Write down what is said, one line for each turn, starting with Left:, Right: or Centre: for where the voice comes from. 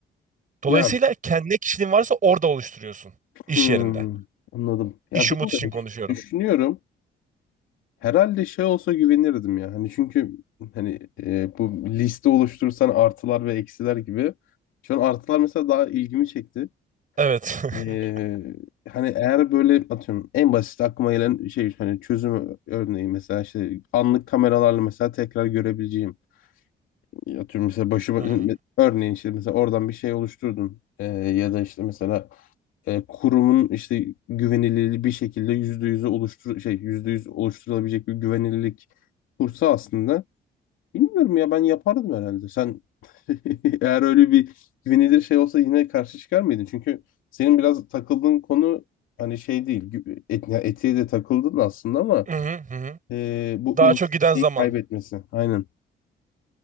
Right: Dolayısıyla
Left: Ya
Right: kendi ne kişiliğin varsa orada oluşturuyorsun. iş
Left: hmm,
Right: yerinde.
Left: anladım. Ya
Right: İş
Left: bilmiyorum.
Right: umut için konuşuyorum.
Left: Ş- Düşünüyorum. Herhalde şey olsa güvenirdim ya. Hani çünkü hani e, bu liste oluşturursan artılar ve eksiler gibi. Şu an artılar mesela daha ilgimi çekti.
Right: Evet. <laughs>
Left: E, hani eğer böyle atıyorum en basit aklıma gelen şey hani çözüm örneği mesela işte anlık kameralarla mesela tekrar görebileceğim. Ya Atıyorum mesela başıma
Right: Hı hı.
Left: örneğin işte mesela oradan bir şey oluşturdum Ee, ya da işte mesela e, kurumun işte güvenilirliği bir şekilde yüzde yüze oluştur şey yüzde yüz oluşturulabilecek bir güvenilirlik kursa aslında bilmiyorum ya ben yapardım herhalde sen <laughs> eğer öyle bir güvenilir şey olsa yine karşı çıkar mıydın çünkü senin biraz takıldığın konu hani şey değil gü- et, ya etiğe de takıldın aslında ama
Right: Hı hı, hı hı.
Left: e, bu
Right: Daha
Left: insiyi
Right: çok giden zaman.
Left: kaybetmesi aynen